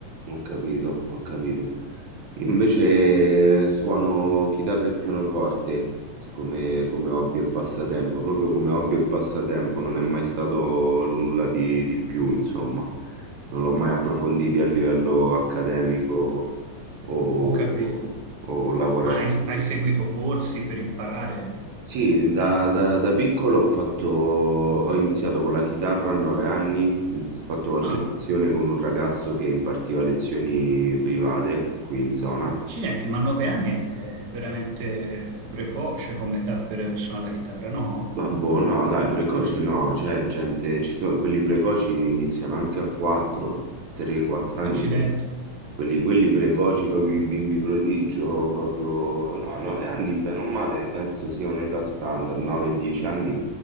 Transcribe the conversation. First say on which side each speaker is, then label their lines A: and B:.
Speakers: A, on the right; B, on the right.
A: Ho capito, ho capito. Io invece eh, suono chitarra e pianoforte come, come hobby e passatempo, proprio come hobby e passatempo, non è mai stato nulla di, di più, insomma, non l'ho mai approfondito a livello accademico o,
B: ho capito.
A: o lavorativo.
B: Ma hai hai seguito corsi per imparare?
A: Sì, da, da- da piccolo ho fatto, ho iniziato con la chitarra a 9 anni, mhmm, ho fatto qualche
B: Ah.
A: lezione con un ragazzo che impartiva lezioni private qui in zona.
B: Accidenti, ma nove anni è veramente precoce come età per suonare la chitarra, no?
A: Vabbè, no, dai, precoce no, cioè gente, ci sono, quelli precoci iniziano anche a 4, 3-4 anni,
B: Accidenti,
A: quelli, quelli precoci, proprio i bimbi prodigio, proprio, no, 9 anni, bene o male, penso sia un'età standard, 9-10 anni,